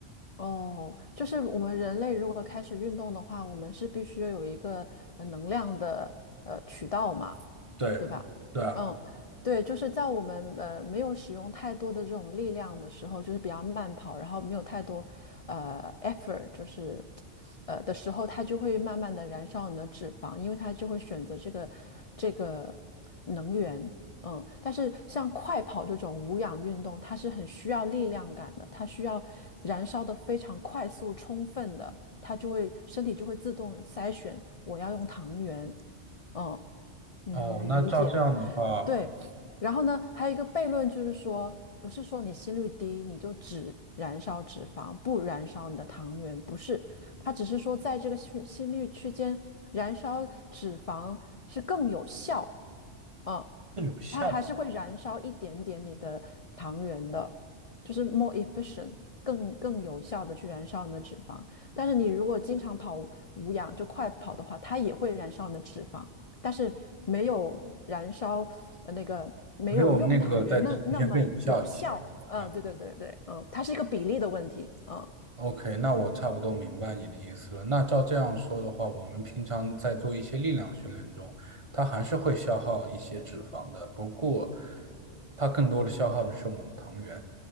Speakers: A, on the left; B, on the right.
A: 哦，就是我们人类如果开始运动的话，我们是必须有一个呃能量的呃渠道嘛。
B: 对，
A: 对吧？
B: 对啊，
A: 嗯，对，就是在我们呃没有使用太多的这种力量的时候，就是比较慢跑，然后没有太多呃 effort，就是呃的时候，它就会慢慢的燃烧你的脂肪，因为它就会选择这个这个能源。嗯，但是像快跑这种无氧运动，它是很需要力量感的，它需要燃烧的非常快速、充分的。它就会身体就会自动筛选我要用糖原。嗯，你能理解吗？
B: 哦，那照这样的话
A: 对，然后呢，还有一个悖论就是说，不是说你心率低你就只燃烧脂肪，不燃烧你的糖原，不是，它只是说在这个心心率区间燃烧脂肪是更有效。哦，
B: 更有效，
A: 它还是会燃烧一点点你的糖原的，就是 more efficient，更更有效的去燃烧你的脂肪。但是你如果经常跑无氧，就快跑的话，它也会燃烧你的脂肪，但是没有燃烧呃那个没有用糖原那那么有效。
B: 没有那个在地区线更有效一些。
A: 嗯，
B: 嗯
A: 对对对对，嗯，它是一个比例的问题。嗯，
B: ，OK，那我差不多明白你的意思了。那照这样说的话，我们平常在做一些力量训练中，它还是会消耗一些脂肪的，不过它更多的消耗的是我们的糖原。